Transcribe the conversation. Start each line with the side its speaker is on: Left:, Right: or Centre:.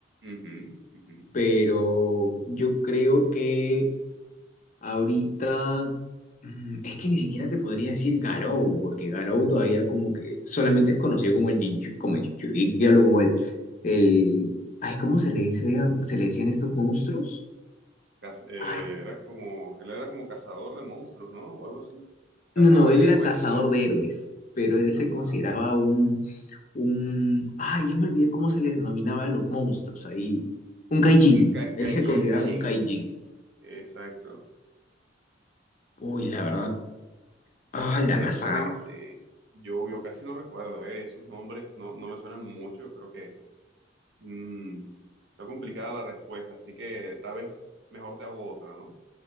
Right: Ujú, ujú.
Left: Pero yo creo que... Ahorita, mm, es que ni siquiera te podría decir Garou, porque Garou todavía como que solamente es conocido como el Jinchu, como el Jinchuriki, hablo como el, el, ay, ¿cómo se le dice, a- se le decían estos monstruos?
Right: Caz- eh,
Left: Ay,
Right: era como, él era como cazador de monstruos, ¿no? O algo así. Cazador
Left: no, no, él
Right: de
Left: era
Right: héroes.
Left: cazador de héroes, pero él
Right: Ajá.
Left: se consideraba un, un, ay, ya me olvidé cómo se les denominaba a los monstruos ahí, un Kaijin,
Right: Un ca-
Left: él
Right: Callín,
Left: se consideraba
Right: Callín.
Left: un Kaijin.
Right: Exacto.
Left: Uy, la
Right: Sí.
Left: verdad, ah, la
Right: Honestamente,
Left: me has agarrado.
Right: yo, yo casi no recuerdo, ¿eh? Esos nombres no, no me suenan mucho. Yo creo que mm, está complicada la respuesta, así que tal vez mejor te hago otra, ¿no?